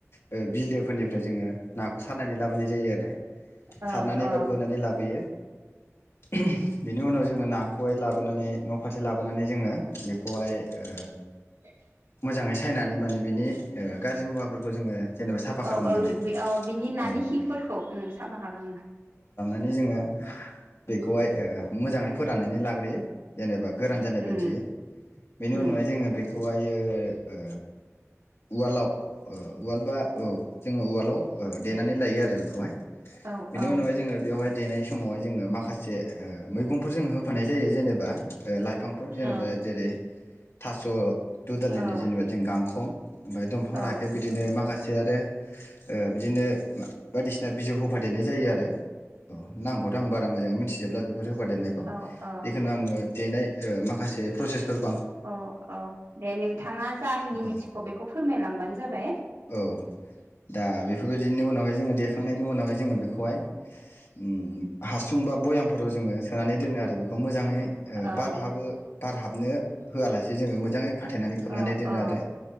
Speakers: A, on the left; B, on the right.
A: ओ बिलोफोरनिफ्राय जोङो सानानै लाबोनाय जायो आरो
B: औ
A: सारनानै
B: औ
A: बा गुरनानै लाबोयो बेनि उनाव जोङो नाखौहाय लाबोनानै न' फारसे लाबोनानै जोङो बेखौहाय
B: <inaudible>
A: मोजाङै सायनानै माने बिनि ओ गाज्रि मुवाफोरखौ जोङो जेनेबा साफा खालामनानै
B: औ औ <unintelligible> नि नानि
A: औ
B: खिफोरखौ उम साफा खालामो
A: नानै जोङो बेखौहाय ओ मोजाङै फोराननानै लाग्रोयो जेनेबा एबा गोरान जानाय बायदि
B: उम
A: बेनि
B: उम
A: उनावहाय जोङो बेखौहायो ओ उवालाव ओ उवाल बा औ जोङो उवालाव देनानै लायो आरो बेखौहाय
B: औ
A: बेनि
B: औ
A: उनावहाय जोङो बेवहाय देनाय समावहाय जोङो माखासे ओ मैगंफोर जों होफानाय जायो जेनेबा ला फांफोर जेनेबा
B: औ
A: जेरै थास' दुदालिनि
B: औ
A: जेनेबा जों गांखं ओमफ्राय दंफां
B: औ
A: राखेब बिदिनो माखासे आरो ओ बिदिनो बायदिसिना बिजौ होफादेरनाय जायो आरो औ नामखौथ' आं बारा मोजाङै मिथिजोबब्ला बेफोर होफा देनायखौ
B: औ औ
A: जिखुनु आङो देनाय ओ माखासे प्रसेस फोरखौ
B: औ औ दे नोंथाङा जाहिनि
A: औ
B: मिथिखौ बेखौ फोरमायलांबानो जाबाय
A: औ दा बेफोरबायदिनि उनावहाय जोङो देखांनायनि उनावहाय जोङो बेखौहाय उम हासुं बा भयामफोराव जोङो सोनानै दोनो आरो बेखौ मोजाङै ओ
B: औ
A: बार हाबो बार हाब हाबनो होआलासे जोङो मोजाङै खाथेनानै खोबनानै
B: औ
A: दोनो
B: औ
A: आरो